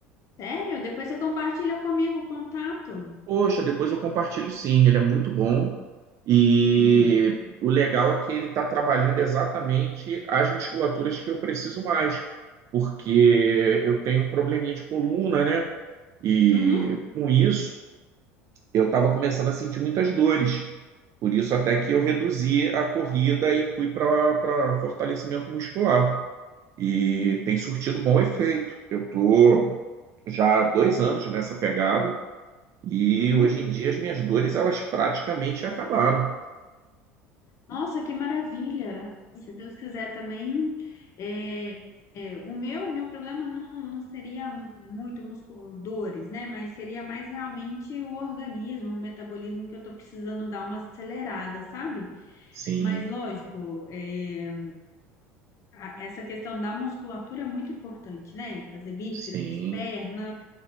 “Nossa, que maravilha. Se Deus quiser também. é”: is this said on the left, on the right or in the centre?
Left